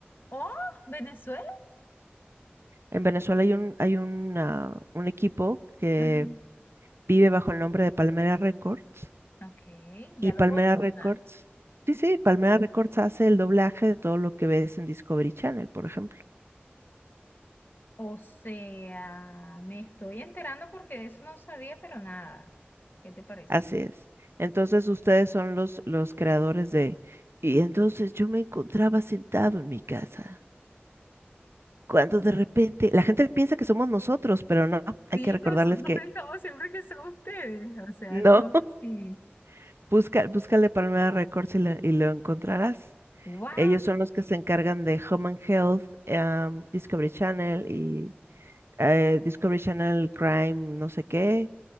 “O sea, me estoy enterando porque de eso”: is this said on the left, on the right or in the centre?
Left